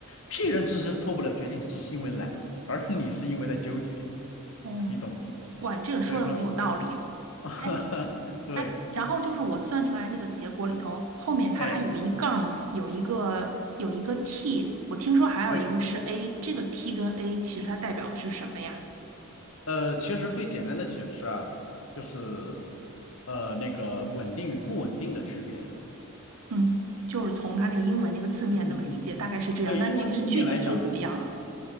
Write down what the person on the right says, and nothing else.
哦，
哇，这个说的很有道理。
哎
哎，然后就是我算出来那个结果里头，后面它还有一杠，
有一个有一个 t，我听说还有一个是
a，这个 t 跟 a 其实它代表的是什么呀？
嗯，就是从它那个英文那个字面那么理解，
大概是这样。
那其实具体是怎么样啊？